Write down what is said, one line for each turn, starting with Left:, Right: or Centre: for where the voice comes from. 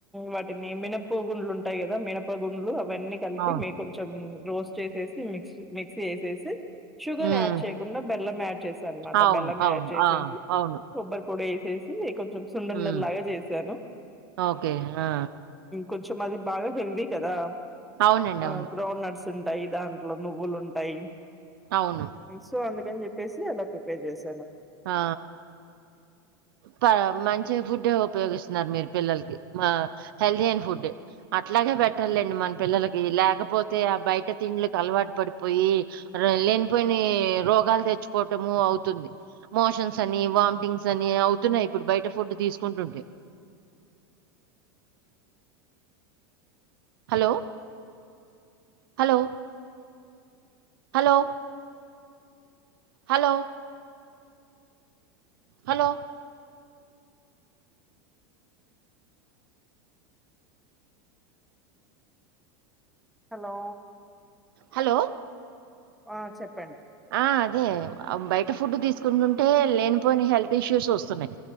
Centre: వాటిని మినపోగుల్ ఉంటాయి కదా మినప గుండ్లు అవి ఇవన్నీ కలిపి
Right: అవును.
Centre: మీ కొంచెం రోస్ట్ చేసేసి మిక్స్ మిక్సీ చేసేసి షుగర్
Right: హ్మ్.
Centre: యాడ్ చేయకుండా బెల్లం యాడ్ చేస అనమాట
Right: అవును.
Centre: బెల్లం
Right: అవును.
Centre: యాడ్ చేసేసి
Right: ఆ! అవును.
Centre: కొబ్బరి పొడి వే చేసి కొంచెం సుంనుండ
Right: హ్మ్.
Centre: లాగా చేసాను
Right: ఓకే. ఆ!
Centre: కొంచెం అది బాగా హెల్దీ కదా
Right: అవునండి.
Centre: ఆ
Right: అవును.
Centre: గ్రౌండ్ నట్స్ ఉంటాయి దాంట్లో నువ్వులు ఉంటాయి
Right: అవును.
Centre: సో అందుకని చెప్పేసి అలా ప్రిపేర్ చేసి
Right: ఆ ప మంచి చే ఫుడ్ ఏ ఉపయోగిస్తున్నారు మీరు పిల్లకి మా హెల్దీ అండ్ ఫుడ్ అట్లాగే బెటలెండి మన పిల్లలకి లేకపోతే ఆ బయట తిండ్లకి అలవాటు పడిపోయి లేనిపోని రోగాలు తెచ్చుకోవటము అవుతుంది మోషన్స్ అని వామిటింగ్స్ అని అవుతున్నాయి ఇప్పుడు బయట ఫుడ్ తీసుకుంటుంటే
Centre: అ
Right: hello hello hello hello hello
Centre: hello
Right: hello
Centre: ఆ చెప్
Right: ఆ అదే అం బెక్ ఫుడ్ తీసుకుంటుంటే లేనిపోనీ హెల్త్ ఇష్యూస్ వస్తున్నాయి